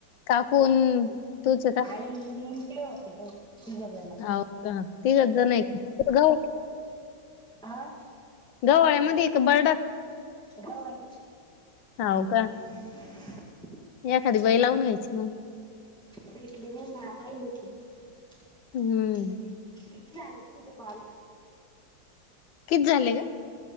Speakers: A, on the left; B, in the centre.
A: काकून तूच का
B: आई मी न ते होते ग तिघ जण
A: का ती गज नाही का
B: हह
A: गवाळ्यामध्ये एक बर्डा
B: होई
A: ह का
B: <inaudible>
A: एखादी बै लावून घ्यायची मग
B: भेटली नाही ना पाहिली ते किती
A: हम्म
B: झाले तुमच्या कॉल
A: किती झाले ग